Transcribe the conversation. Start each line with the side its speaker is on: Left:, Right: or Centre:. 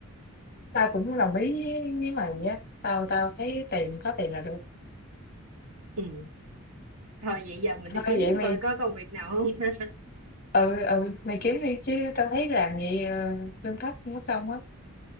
Left: tao cũng đồng ý với với mày á, tao tao thấy tiền có tiền là được.
Right: ừ. thôi vậy giờ mình
Left: Thôi
Right: đi kiếm
Left: vậy mày
Right: coi có công việc nào không <laughs>
Left: Ừ, ừ, mày kiếm đi chứ tao thấy làm vậy, ờ, lương thấp mất công á.